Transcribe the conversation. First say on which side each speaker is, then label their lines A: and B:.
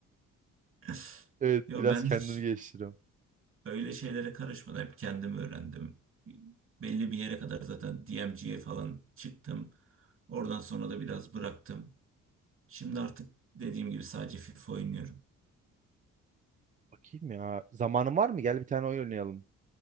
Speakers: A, on the right (about 45°); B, on the right (about 25°).
A: <laughs>
B: Evet
A: Yo
B: biraz
A: ben
B: kendimi
A: hiç
B: geliştiriyorum.
A: Öyle şeylere karışmadan hep kendim öğrendim. Belli bir yere kadar zaten DMG'ye falan çıktım. Oradan sonra da biraz bıraktım. Şimdi artık dediğim gibi sadece FIFA oynuyorum.
B: Bakayım ya zamanım var mı? Gel bir tane oyun oynayalım.